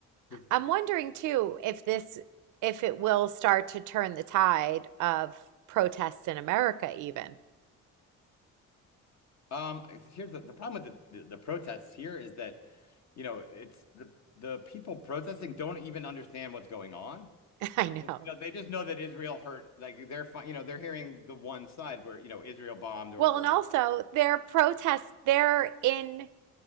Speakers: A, on the left; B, on the right.
A: 'Cause,
B: I'm wondering too if this if it will start to turn the tide of protests in America even.
A: Um, here's the, the problem with the, the the protests here is that, you know, it's the the people protesting don't even understand what's going on
B: <laughs> I know.
A: You know, they just know that Israel hurt. Like they're fine. You know, they're hearing the one side where you know Israel bombed or,
B: Well,
A: or
B: and also
A: hurt,
B: their protests they're in